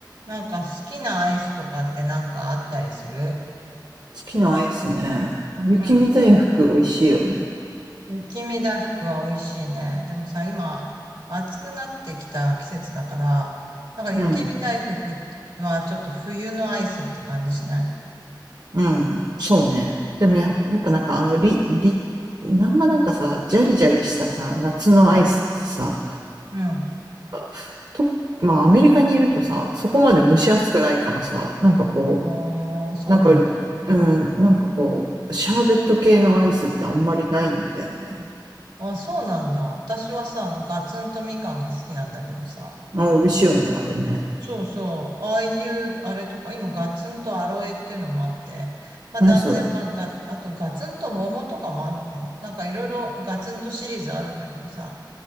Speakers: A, on the right; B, on the right.
A: なんか好きなアイスとかってなんかあったりする
B: 好きなアイスね。雪見大福美味しいよね。
A: うん。雪見大福は美味しいね。でもさ、今、暑くなってきた季節だから、なんか雪見大福はちょっと冬のアイスって感じしない
B: うん。うん。そうね。でもや、
A: うん、
B: やっぱなんかあの、り、り、なんまなんかさ、ジャリジャリしたさ、夏のアイスってさ、
A: うん、
B: なん
A: うん、
B: かと、まあアメリカにいるとさ、そこまで蒸し暑くないからさ、
A: うん。
B: なんかこう、
A: ああ、そうなんだ。
B: なんか、うん、なんかこう、シャーベット系のアイスってあんまりないんだよね。
A: あ、そうなんだ。私はさ、あの、ガツンとみかんが好きなんだけどさ、
B: まあ、美味しいよね、あれね。
A: そうそう。ああいう、あれとか、今、ガツンとアロエっていうのもあって、まあ、
B: 何それ。
A: 断然、まあ、ガ、あと、ガツンと桃とかもあんのかな。なんか、いろいろガツンとシリーズあるんだけどさ、